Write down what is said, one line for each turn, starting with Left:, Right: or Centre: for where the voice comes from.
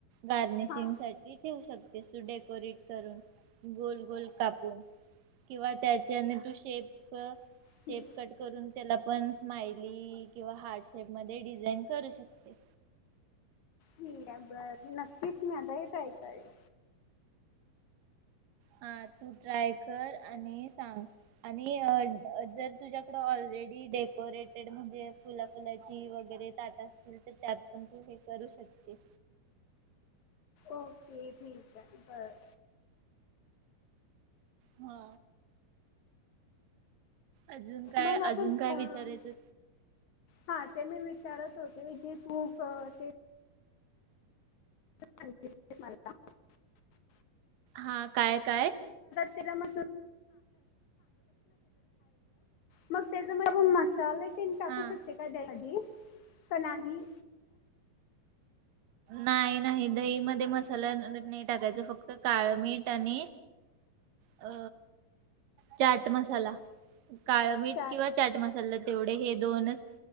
Right: गार्निशिंग
Left: हां
Right: साठी ठेवू शकतेस. तू डेकोरेट करून, गोल-गोल कापून किंवा त्याच्याने तू शेप शेप
Left: ठीक
Right: कट करून त्याला पण स्माइली किंवा हार्डशेप मध्ये डिझाईन करू शकतेस.
Left: नक्कीच मी आता हे ट्राय करेन.
Right: हा तू ट्राय कर आणि सांग आणि जर तुझ्याकड ऑलरेडी डेकोरेटेड म्हणजे फुला-फुलाची वगैरे ताट असतील तर त्यात पण तू हे करू शकतेस.
Left: ओके ठीक आहे बर.
Right: हा! अजून काय
Left: मग
Right: अजून
Left: आपण
Right: काय
Left: अं,
Right: विचारायचं?
Left: हां ते मी विचारत होते की तु प ते <unintelligible>
Right: हा काय काय?
Left: <inaudible> खायचं मग मसाले तन टाकू
Right: हा
Left: शकते का त्यामध्ये का नाही?
Right: नाही नाही दही मध्ये मसाला नाही टाकायचा. फक्त काळं मीठ आणि अ चाट मसाला. काळं मीठ
Left: अच्छा
Right: किंवा चाट मसाला तेवढे हे दोनच